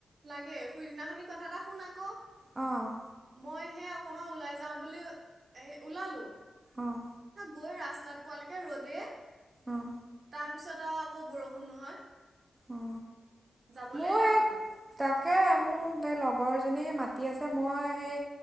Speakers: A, on the right; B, on the right.
A: লাগে সুইদিনাখনি কথা এটা শুন আকৌ,
B: অঁ
A: মই হে কমা ওলাই যাওঁ বুলি, এ' ওলালো
B: অঁ।
A: গৈ ৰাস্তাত পোৱালৈকে ৰ'দে
B: অঁ।
A: তাৰপিছত আৰু আকৌ বৰষুণ নহয়।
B: অঁ।
A: যাবলৈ
B: মোৰ
A: নাপালো।
B: সেই তাকে, মোৰ এই লগৰজনী মাতি আছে, মই সেই